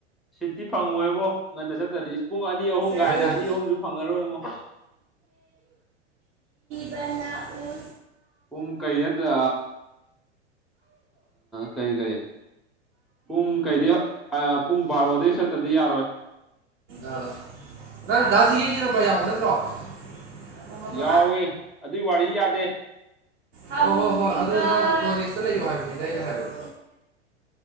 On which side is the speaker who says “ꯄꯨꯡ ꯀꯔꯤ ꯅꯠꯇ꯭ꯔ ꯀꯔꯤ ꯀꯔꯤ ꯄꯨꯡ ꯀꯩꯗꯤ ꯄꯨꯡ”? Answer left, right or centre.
Centre